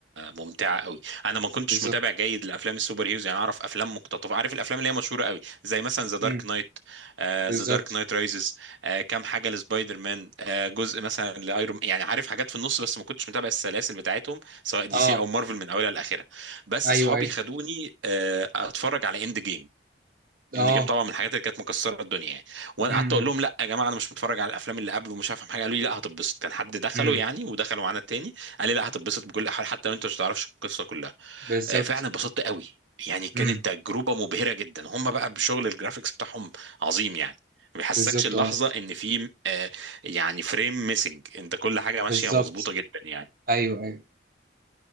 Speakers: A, on the right; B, on the right.
A: ممتعه قوي انا ما كنتش
B: بالظبط
A: متابع جيد لافلام السوبر هيروز يعني اعرف افلام مقتطفه عارف الافلام اللي هي مشهوره قوي زي مثلا ذا دارك
B: امم
A: نايت
B: بالظبط
A: ذا دارك نايت رايزز كام حاجه لسبايدر مان آه جزء مثلا لايرون يعني عارف حاجات في النص بس ما كنتش متابع السلاسل بتاعتهم سواء دي
B: اه
A: سي او مارفل من اولها لاخرها بس
B: ايوه
A: اصحابي
B: ايوه
A: خدوني آه اتفرج على اند جيم اند
B: اه
A: جيم طبعا من الحاجات اللي كانت مكسره الدنيا يعني وانا
B: امم
A: قعدت اقول لهم لا يا جماعه انا مش متفرج على الافلام اللي قبل ومش هفهم حاجه قالوا لي لا هتتبسط كان حد دخلوا
B: امم
A: يعني ودخلوا معانا تاني قال لي لا هتتبسط بكل حال حتى لو انت مش تعرفش القصه كلها
B: بالظبط
A: آه، فعلا اتبسطت قوي يعني كانت
B: امم
A: تجربه مبهره جدا هم بقى بشغل الجرافيكس بتاعهم عظيم يعني ما بيحسكش
B: بالظبط
A: اللحظه
B: اه
A: ان في آه، يعني فريم ميسنج انت كل حاجه ماشيه
B: بالظبط
A: مظبوطه جدا يعني
B: ايوه ايوه